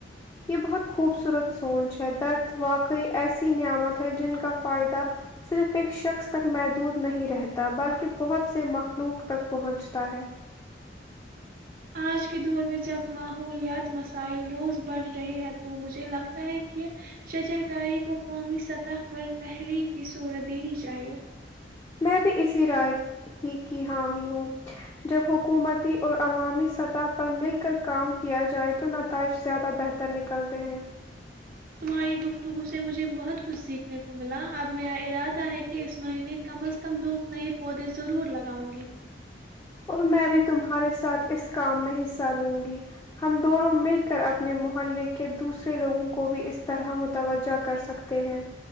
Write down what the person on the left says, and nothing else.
یہ بہت خوبصورت سوچ ہے درخت واقعی ایسی نعمت ہے جن کا فائدہ صرف ایک شخص تک محدود نہیں رہتا بلکہ بہت سے مخلوق تک پہنچتا ہے
میں بھی اسی رائے ہی کی حامی ہوں جب حکومتی اور عوامی سطح پر مل کر کام کیا جائے تو نتائج زیادہ بہتر نکل نکلتے ہیں
اور میں بھی تمہارے ساتھ اس کام میں ہی لوں گی ہم دونوں مل کر اپنے محلے کے دوسرے لوگوں کو بھی اس طرح متوجہ کر سکتے ہیں